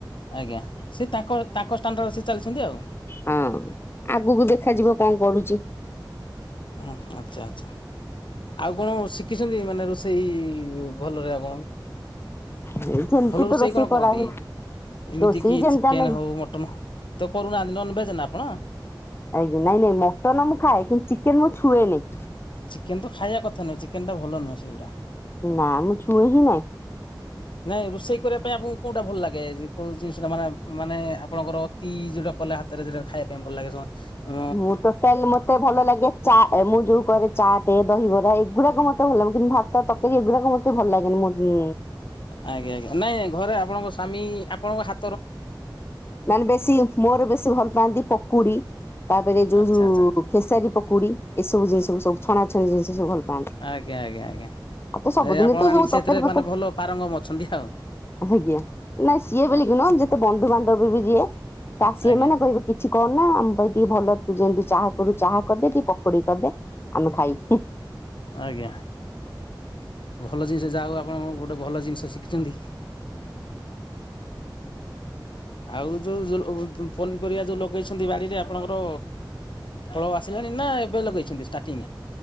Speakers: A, on the left; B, on the left.
A: ଆଜ୍ଞା ସେ ତାଙ୍କ ତାଙ୍କ ଷ୍ଟାଣ୍ଡାର୍ଡ ସିଏ ଚାଲିଛନ୍ତି ଆଉ।
B: ହଁ, ଆଗକୁ ଦେଖାଯିବ କଣ କରୁଛି।
A: ଓହୋ ଆଚ୍ଛା ଆଚ୍ଛା। ଆଉ କଣ ଶିଖିଛନ୍ତି? ମାନେ ରୋଷେଇ ଭଲରେ ଆପଣ।
B: ସେମିତି
A: ଭଲ ରୋଷେଇ
B: ତ
A: କଣ
B: କରାହୁଏ
A: କରନ୍ତି? ଏମିତି
B: ରୋଷେଇ
A: କି
B: ଯେମିତି
A: ଚିକେନ
B: ଆମେ
A: ହଉ ମଟନ ହଉ ତ କରୁନାହାନ୍ତି। ନନ୍ -ଭେଜ ନା ଆପଣ?
B: ଆଜ୍ଞ ନାଇଁ ନାଇଁ, ମଟନ ମୁଁ ଖାଏ କିନ୍ତୁ ଚିକେନ ମୁଁ ଛୁଏଁନି।
A: ଚିକେନ ତ ଖାଇବା କଥା ନୁହେଁ, ଚିକେନ ଟା ଭଲନୁହେଁ ସେଗୁଡା।
B: ନା, ମୁଁ ଛୁଇଁ ହିଁ ନାହିଁ।
A: ନାଇଁ ରୋଷେଇ କରିବା ପାଇଁ ଆପଣ କୋଉଟା ଭଲ ଲାଗେ। କୋଉ ଜିନିଷଟା ମାନେ ମାନେ ଆପଣଙ୍କର ଅତି ଯୋଉଟା କଲେ ହାତରେ ଯୋଉଟା ଖାଇବା ପାଇଁ ଭଲ ଲାଗେ ସ ଉଁ
B: ମୁଁ ଟୋଟାଲ ମତେ ଭଲ ଲାଗେ ଚା ମୁଁ ଯଉ କରେ ଚାଟେ ଦହିବରା ଏଗୁରାକ ମତେ ଭଲ କିନ୍ତୁ ଭାତ ତରକାରୀ ଏଗୁରାକ ମ ତେ ଭଲ ଲାଗେନି ମତେ।
A: ଆଜ୍ଞା ଆଜ୍ଞା, ନାଇଁ ଘରେ ଆପଣଙ୍କ ସ୍ବାମୀ ଆପଣଙ୍କ ହା
B: ମାନେ ବେଶୀ ମୋର ବେଶୀ ଭଲ ପାଆନ୍ତି ପକୁଡି ତାପରେ ଯୋଉ
A: ଆଚ୍ଛା
B: ଯୋଉ
A: ଆଚ୍ଛା
B: ଖେସାରୀ ପକୁଡି ଏ ସବୁ ଜିନିଷ ସୁବୁ ଛଣାଛଣି ଜିନିଷ ସବୁ ଭଲ ପାଆନ୍ତି।
A: ଆଜ୍ଞା ଆଜ୍ଞା ଆଜ୍ଞା
B: ଆଉ ତ ସବୁଦିନ
A: ଏ ଆପଣ
B: ତ
A: ଆଣିକି
B: ଯୋଉ ତରକାରୀ
A: ସେଥିରେ
B: ପତ୍ର
A: ମାନେ ଭଲ ପାରଙ୍ଗମ ଅଛନ୍ତି ଆଉ।
B: ଆଜ୍ଞା ନାଇଁ ସିଏ
A: ହଁ
B: ବ କିି ନହ ଯେତେ ବନ୍ଧୁବାନ୍ଧବ ବି ଯିଏ ସିଏ
A: ଆଜ୍ଞା
B: ମାନେ କହିବେ କି କିଛି କରନା ଆମ ପାଇଁ ଟିକେ ଭଲ ତୁ ଯେମିତି ଚାହା କରୁ ଚାହା କରିଦେ, ଟିକେ ପକୋଡି କରିଦେ, ଆମେ ଖାଇବୁ।
A: ଆଜ୍ଞା। ଭଲ ଜିନିଷ ଯାହା ହେଉ ଆପଣ ଗୋଟେ ଭଲ ଜିନିଷ ଶିଖୁଛନ୍ତି। ଆଉ ଯୋଉ <unintelligible> ପନିପରିବା ଯୋଉ ଲଗେଇଛନ୍ତି ବାଡ଼ିରେ ଆପଣଙ୍କର ଫଳ ଆସିଲାଣି ନା ଏବେ ଲଗେଇଛନ୍ତି ଷ୍ଟାର୍ଟିଂ?